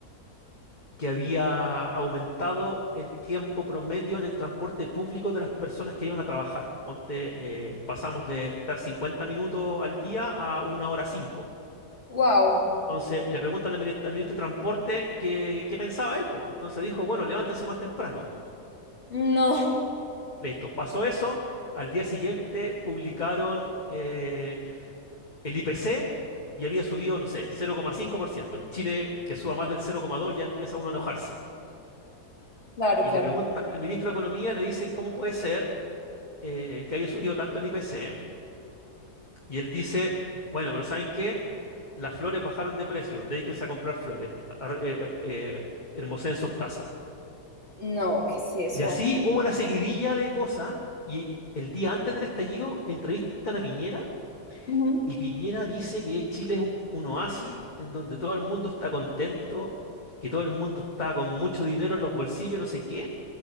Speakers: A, on the left; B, on the left.
A: que había aumentado el tiempo promedio en el transporte público de las personas que iban a trabajar. Ponte, eh, pasamos de estar 50 minutos al día a una hora cinco.
B: Wow.
A: Entonces le preguntan al ministro, al ministro de Transporte qué, qué pensaba él, po. Entonces dijo, bueno, levántense más temprano. po.
B: No,
A: Listo, pasó eso. Al día siguiente publicaron eh, el IPC y había subido, no sé, 0,5%. En Chile, que suba más del 0,2, ya empieza uno a enojarse.
B: claro,
A: Y
B: claro.
A: le preguntan al ministro de Economía, le dicen, ¿cómo puede ser eh, que haya subido tanto el IPC? Y él dice, bueno, pero ¿saben qué? Las flores bajaron de precio, dedíquense a comprar flores, ar- eh, eh, hermoseen sus casas.
B: No, ¿qué es eso?
A: Y así hubo una seguidilla de cosas y el día antes del estallido entrevistan a Piñera
B: Ujú.
A: y Piñera dice que Chile es un, un oasis en donde todo el mundo está contento, que todo el mundo está con mucho dinero en los bolsillos, no sé qué.